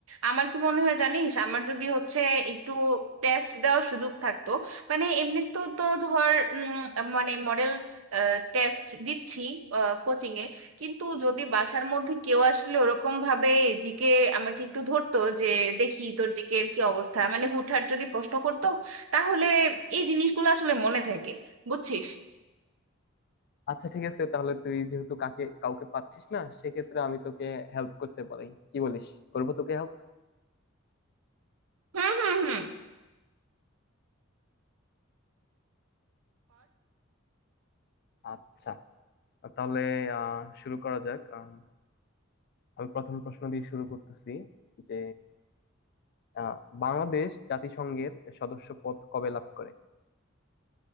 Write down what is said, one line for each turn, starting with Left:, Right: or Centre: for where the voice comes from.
Right: আমার কি মনে হয় জানিস আমার যদি হচ্ছে একটু টেস্ট দেওয়ার সুযোগ থাকতো মানে এমনি তো তো ধর উম, মানে মডেল টেস্ট দিচ্ছি কোচিং এ কিন্তু যদি বাসার মধ্যে কেউ আসলে ওরকম ভাবে জিকে আমাকে একটু ধরতো যে দেখি তোর জিকে এর কি অবস্থা মানে হুটহাট যদি প্রশ্ন করতো তাহলে এই জিনিসগুলো আসলে মনে থাকে বুঝছিস
Left: আচ্ছা ঠিক আছে তাহলে তুই যেহেতু কাকে কাউকে পাচ্ছিস না সেক্ষেত্রে আমি তোকে হেল্প করতে পারি কি বলিস করবো তোকে হেল্প
Right: হুম হুম হুম
Left: আচ্ছা তাহলে আহ শুরু করা যাক আম, আমি প্রথম প্রশ্ন দিয়ে শুরু করতেছি যে আহ বাংলাদেশ জাতিসংঘের সদস্য পদ কবে লাভ করে